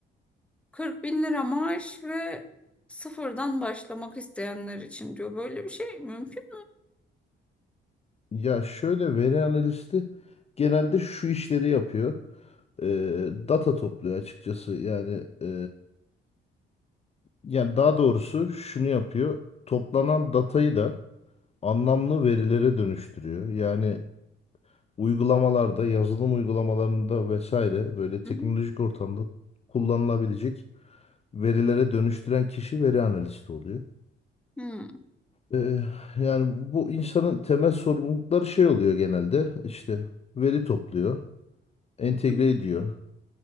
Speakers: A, in the centre; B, on the left.
A: 40 bin lira maaş ve sıfırdan başlamak isteyenler için diyor. Böyle bir şey mümkün
B: Ya şöyle veri analisti genelde şu işleri yapıyor. Ee, data topluyor açıkçası. Yani e, yani daha doğrusu şunu yapıyor. Toplanan datayı da anlamlı verilere dönüştürüyor. Yani uygulamalarda, yazılım uygulamalarında vesaire böyle teknolojik
A: mü?
B: ortamda kullanılabilecek verilere dönüştüren kişi veri analisti oluyor.
A: Hı hı.
B: Ee, yani bu insanın temel sorumlulukları şey oluyor genelde. İşte veri topluyor. entegre
A: Hı
B: ediyor